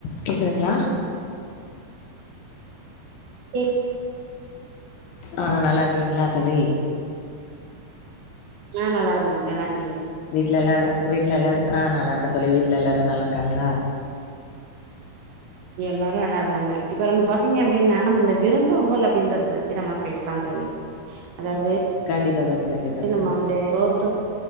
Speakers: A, on the left; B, on the right.
A: கேக்குதுங்ளா
B: எ
A: ஆஹ் நல்லா இருக்கீங்ளா தோழி
B: உம் நல்ல இருக்கே தோழி நீங்க நல்லாரு
A: வீட்ல எல்லாரு வீட்ல எல்லாரு ஆஹ் நல்லா இருக்க தோழி வீட்ல எல்லாரு நல்லா இருக்காங்ளா
B: எல்லாரு நல்லா இருக்காங்க இப்ப நம்ம பாத்தீங்க அப்டின்னா நம்ம இந்த விருந்தோம்பல் அப்படின்றத பத்தி நம்ம பேசலா தோழி அதாவ்து
A: கண்டிப்பா தோழி கண்டிப்பா
B: இது
A: தோழி
B: நம்ம வந்து <unintelligible> தோ